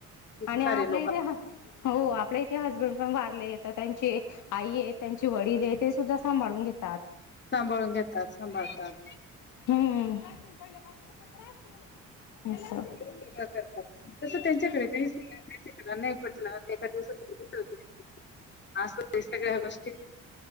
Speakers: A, on the left; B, on the left.
A: आणि
B: सारे
A: आपल्या
B: लोक
A: इथे हा हो आपल्या इथे हजबंड पण वारले तर, त्यांची आईय त्यांचे वडीलयत ते सुद्धा सांभाळून घेतात.
B: सांभाळून घेतात, सांभाळतात.
A: हम्म <unintelligible> <unintelligible>
B: सगळं करतात. तसं त्यांच्याकडेही <unintelligible> त्यांच्याकडे नाही पटलं एका दिवसात <unintelligible> असं सगळ्या गोष्टी,